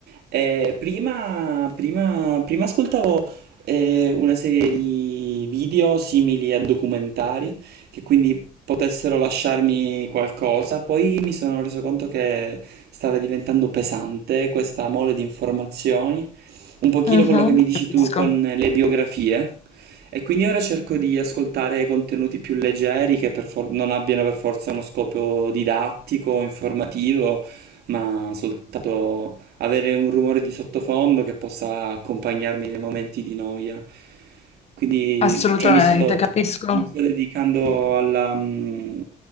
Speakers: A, on the right; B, on the left.
A: Eh, prima, prima- prima ascoltavo eh, una serie di video simili a documentari che quindi potessero lasciarmi qualcosa. Poi mi sono reso conto che stava diventando pesante questa mole di informazioni, un pochino
B: mhm,
A: quello che mi dici
B: Capisco,
A: tu con le biografie. E quindi ora cerco di ascoltare contenuti più leggeri che per for- non abbiano per forza uno scopo didattico, informativo, ma soltanto avere un rumore di sottofondo che possa accompagnarmi nei momenti di noia. Quindi,
B: assolutamente,
A: cioè, mi sto,
B: capisco.
A: mi sto dedicando alla, mm,